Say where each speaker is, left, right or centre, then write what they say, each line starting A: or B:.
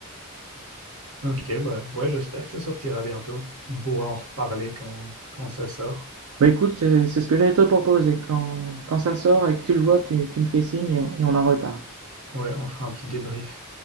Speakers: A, on the right (about 80°); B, on the right (about 70°).
A: Ok, bah ouais, j'espère que ça sortira bientôt. On pourra en reparler quand, quand ça sort.
B: Bah écoute, c'est c'est ce que j'allais te proposer. Quand, quand ça sort et que tu le vois, tu, tu me fais signe et on et on en reparle.
A: Ouais, on fera un petit débrief.